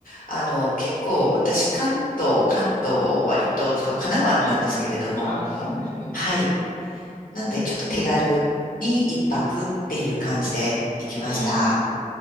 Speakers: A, on the left; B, on the left.
A: あの、結構私関東、関東割と、そう、神奈川なんですけれども、
B: はい。ああ、そうなんですね。
A: はい。なんでちょっと手軽に一泊っていう感じで行きました。
B: ええ、